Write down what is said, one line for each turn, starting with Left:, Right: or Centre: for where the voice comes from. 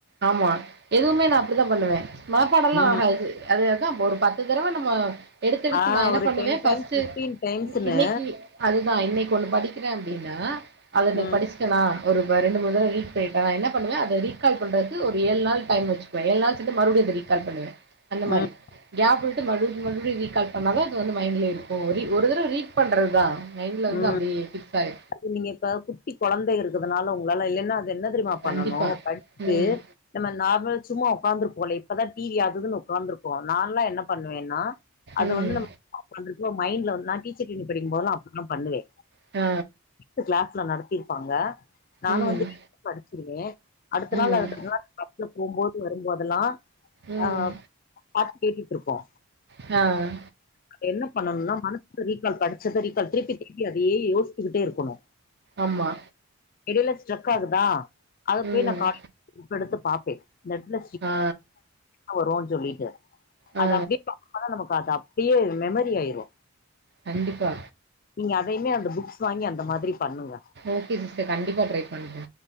Right: ஆமா எதுமே நா அப்டித்தா பண்ணுவே மனப்பாடெல்லா
Left: ம்
Right: ஆகாது அது ஒரு பத்து தடவ நம்ம எடுத்து எடுத்து
Left: ஆ
Right: நா என்ன
Left: ஒரு
Right: பண்ணுவேன்
Left: டென்
Right: ஃபஸ்ட்
Left: டைம்ஸ் பிப்டீன் டைம்ஸ்ன்னு
Right: இன்னக்கி அதுதா இன்னைக்கு ஒண்ணு படிக்கிறே அப்டின்னா அத நா
Left: ம்
Right: படிச் நா ஒரு ரெண்டு மூணு தடவ ரீட் பண்ணிட்டா நா என்ன பண்ணுவே அத ரீ கால் பண்றது து ஒரு ஏழு நாள் டைம் வச்சுக்குவே ஏழு நாள் சென்டு மறுவடியு அத ரீ கால் பண்ணுவே அந்த மாரி
Left: ம்
Right: கேப் விட்டு மறுவடி மறுவடி ரீகால் பண்ணா தா அது வந்து மைண்ட்ல இருக்கு ரீ ஒரு தடவ ரீட் பண்ட்றதா மைண்ட்ல வந்து
Left: ம்
Right: அப்டியே ஃபிக்ஸ் ஆயி
Left: அது நீங்க இப்ப குட்டி கொழந்த இருக்கதுனால உங்களால இல்லென்னா ப என்ன தெரியுமா பண்ணனு
Right: கண்டிப்பா
Left: படிச்சுட்டு
Right: ம்
Left: நம்ம நார்மல் சும்மா ஒக்காந்துருப்போல இப்பதா டி வி அது இதுன்னு உக்காந்துருக்கோ நான்லா என்ன பண்ணுவே நா அத
Right: ம்
Left: வந்து நம் <unintelligible> மைண்ட்ல வந்து நா டீச்சர் ட்ரெய்னிங் படிக்கும் போது அப்டிதா பண்ணுவே
Right: அ
Left: இப்ப கிளாஸ்ல நடத்திருப்பாங்க நானு
Right: ம்
Left: வந்து படுச்சிருவே அடுத்த
Right: ம்
Left: நாள் <inaudible> பஸ்ல போம்போது வரும்போதெல்லா
Right: ம்.
Left: அ பாட்டு கேட்டுட் இருக்கோ
Right: அ
Left: இப்ப என்ன பண்ணனும்னா மனசுல ரீக்கால் படிச்சத ரீக்கால் திருப்பி திருப்பி அதையே யோஸ்த்துக்கிட்டே இருக் குனு
Right: ஆமா
Left: எடைல ஸ்ட்ரக் ஆகுதா அத
Right: ம்.
Left: போய் நா கால்ல புக் எடுத்து பாப்பே இந்த எட்த்ல
Right: ஆ.
Left: <inaudible> வருனு சொல்லிட்டு
Right: ஆ.
Left: அது அப்டியே <inaudible> நமக் பாத்து அப்டியே மெமரி ஆயிரு
Right: கண்டிப்பா
Left: நீங்க அதையுமே அந்த புக்ஸ் வாங்கி அந்த மாதிரி பண்ணுங்க
Right: ஓகே சிஸ்டர் கண்டிப்பா ட்ரை பண்றே